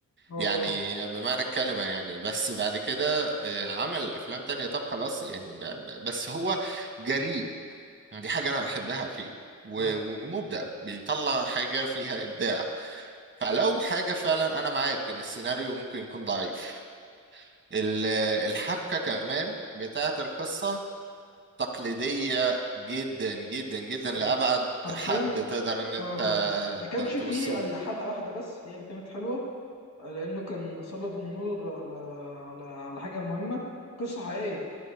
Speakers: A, on the left; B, on the right.
A: اه
B: يعني بمعنى الكلمة يعني بس بعد كده آه، عمل أفلام تانية طب خلاص يعني ب- ب- بس هو جريء دي حاجة أنا بحبها فيه و-
A: اه اه
B: ومبدع بيطلع حاجة فيها إبداع فلو حاجة فعلا أنا معاك إن السيناريو ممكن يكون ضعيف ال- الحبكة كمان بتاعة القصة تقليدية جدا جدا جدا لأبعد
A: أيوة. حرفيا
B: حد تقدر إن أنت
A: اه فعلا ما كانش
B: ت-
A: فيه
B: توصله
A: الا حلقة واحدة بس هي اللي كانت حلوة لأنه كان سلط النور على على على حاجة مهمة قصة حقيقية